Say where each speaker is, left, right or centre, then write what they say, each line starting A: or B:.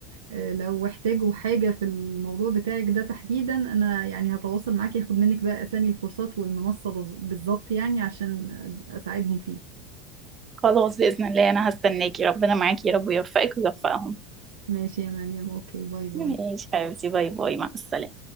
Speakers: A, on the right; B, on the right.
A: آه، لو احتاجوا حاجة في الموضوع بتاعك ده تحديدا انا يعني هتواصل معاك ياخد منك بقى اسامي الكورسات والمنصة بز- بالظبط يعني عشان اساعدهم فيه
B: خلاص باذن الله انا هستناكي ربنا معاكي يا رب ويوفقك ويوفقهم
A: ماشي يا مريم اوكي باي باي
B: ماشي حبيبتي باي باي مع السلامه